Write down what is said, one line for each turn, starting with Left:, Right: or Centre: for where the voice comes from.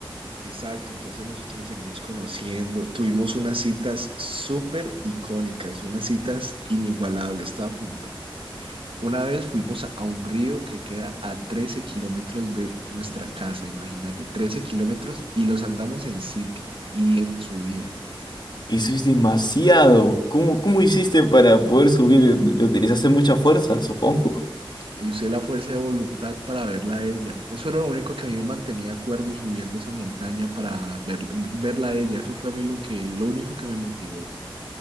Right: Exacto, entonces nosotros nos seguimos conociendo. Tuvimos unas citas súper icónicas, unas citas inigualables. Estaba contando. Una vez fuimos a a un río que queda a 13 kilómetros de nuestra casa, imagínate, 13 kilómetros y los andamos en cicla y en subida.
Left: Eso es demasiado. ¿Cómo, cómo hiciste para poder subir? Le utilizaste mucha fuerza, supongo.
Right: Y usé la fuerza de voluntad para verla a ella. Eso era lo único que a mí me mantenía acuerdo subiendo esa montaña para ver, verla a ella. Eso fue a mí lo que, lo único que me motivó,